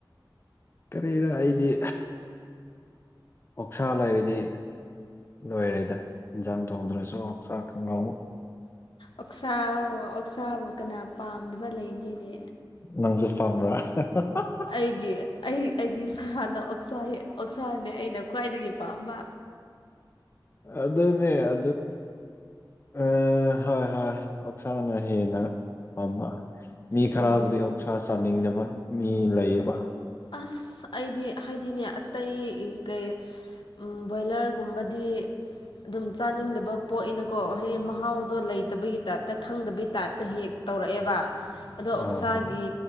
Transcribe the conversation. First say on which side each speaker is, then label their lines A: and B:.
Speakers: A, on the left (about 30°); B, on the left (about 80°).
A: ꯀꯔꯤꯔꯣ ꯑꯩꯗꯤ ꯑꯣꯛꯁꯥ ꯂꯩꯔꯤꯗꯤ ꯂꯣꯏꯔꯦꯗ ꯏꯟꯖꯥꯡ ꯊꯣꯡꯗ꯭ꯔꯁꯨ ꯆꯥꯛ ꯊꯣꯡꯔꯥꯎ
B: ꯑꯁ ꯑꯣꯛꯁꯥ ꯑꯣꯛꯁꯥꯕꯨ ꯀꯅꯥ ꯄꯥꯝꯗꯕ ꯂꯩꯒꯦꯅꯦ
A: ꯅꯪꯁꯨ ꯄꯝꯕ꯭ꯔꯥ <unintelligible>
B: ꯑꯩꯒꯤ ꯑꯩ ꯑꯩꯗꯤ ꯁꯥꯗ ꯑꯣꯛꯁꯥꯏꯌꯦ ꯑꯣꯛꯁꯥꯅꯦ ꯑꯩꯅ ꯈ꯭ꯋꯥꯏꯗꯒꯤ ꯄꯥꯝꯕ
A: ꯑꯗꯨ ꯑꯗꯨꯅꯦ ꯑ ꯑꯥ ꯍꯣꯏ ꯍꯣꯏ ꯑꯣꯛꯁꯥꯅ ꯍꯦꯟꯅ ꯄꯥꯝꯕ ꯃꯤ
B: ꯎꯝ
A: ꯈꯔꯕꯨꯗꯤ ꯑꯣꯛꯁꯥ ꯆꯥꯅꯤꯡꯅꯕ ꯃꯤ ꯂꯩꯌꯦꯕ
B: ꯑꯁ ꯑꯩꯗꯤ ꯍꯥꯏꯗꯤꯅꯦ ꯑꯇꯩ ꯀꯩ ꯎꯝ ꯕꯣꯏꯂꯔꯒꯨꯝꯕꯗꯤ ꯑꯗꯨꯝ ꯆꯥꯅꯤꯡꯗꯕ ꯄꯣꯏꯅꯀꯣ ꯍꯥꯏꯗꯤ ꯃꯍꯥꯎꯗꯣ ꯂꯩꯇꯕꯒꯤ ꯇꯥꯏꯞꯇ ꯈꯪꯗꯕꯒꯤ ꯇꯥꯏꯞꯇ ꯍꯦꯛ ꯇꯧꯔꯛꯑꯦꯕ ꯑꯗꯣ ꯑꯣꯛꯁꯥꯒꯤ
A: ꯍꯣꯏ ꯍꯣꯏ